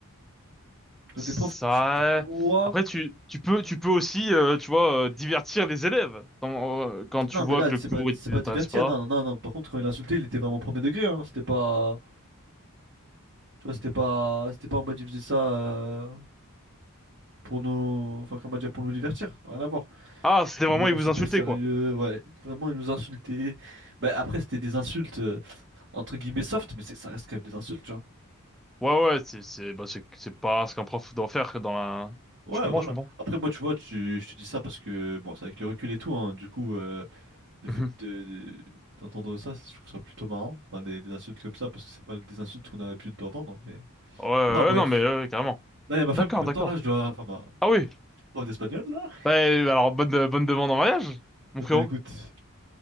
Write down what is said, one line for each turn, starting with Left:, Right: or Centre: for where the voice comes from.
Right: Quand
Centre: Ça,
Right: t'es prof, tu te dois
Centre: après, tu, tu peux, tu peux aussi, euh, tu vois, euh, divertir les élèves dans- euh, quand tu
Right: Non,
Centre: vois
Right: mais là,
Centre: que
Right: c'est
Centre: le cours,
Right: pas, c'est
Centre: il t'intéresse
Right: pas divertir.
Centre: pas.
Right: Non, non, non, non. Par contre, quand il a insulté il était vraiment premier degré. hein. C'était pas, tu vois, c'était pas, c'était pas en mode il faisait ça euh, pour nous, enfin, comment dire, pour nous divertir. Rien à voir.
Centre: Ah, c'était vraiment,
Right: C'était vraiment
Centre: ils vous
Right: super
Centre: insultaient,
Right: sérieux.
Centre: quoi.
Right: Ouais, vraiment, il nous insultait. Bah, après, c'était des insultes euh, entre guillemets soft, mais c'est, ça reste quand même des insultes, tu vois.
Centre: Ouais, ouais, c'est, c'est, bah, c'est, c'est pas ce qu'un prof doit faire que dans la,
Right: Ouais,
Centre: je comprends,
Right: voilà.
Centre: je comprends.
Right: Après, moi, tu vois, tu, je te dis ça parce que, bon, c'est avec le recul et tout, hein. Du coup, euh, le
Centre: Mhm.
Right: fait de, de- d'entendre ça, je trouve ça plutôt marrant. Enfin, des, des insultes comme ça, parce que c'est pas des insultes qu'on a l'habitude d'entendre, mais.
Centre: Ouais, ouais,
Right: Enfin bref,
Centre: ouais, non, mais, euh, carrément.
Right: là il y a ma femme
Centre: D'accord,
Right: qui m'attend,
Centre: d'accord.
Right: là je dois... Enfin ma
Centre: Ah oui.
Right: prof d'espagnol là.
Centre: Bah, alors, bonne, bonne demande en mariage, mon
Right: Eh
Centre: frérot.
Right: ben écoute,